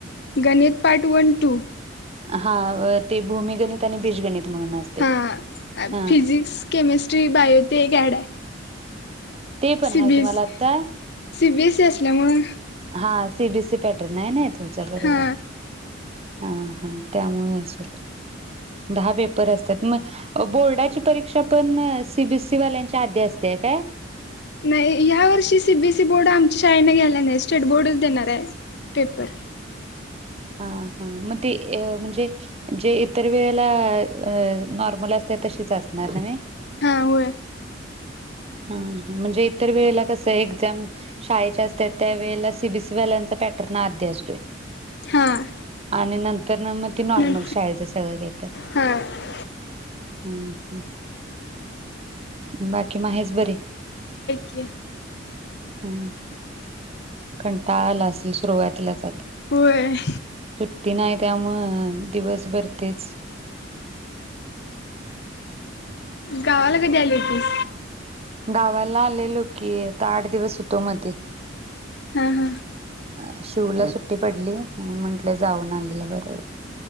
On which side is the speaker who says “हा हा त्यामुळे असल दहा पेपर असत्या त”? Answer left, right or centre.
Right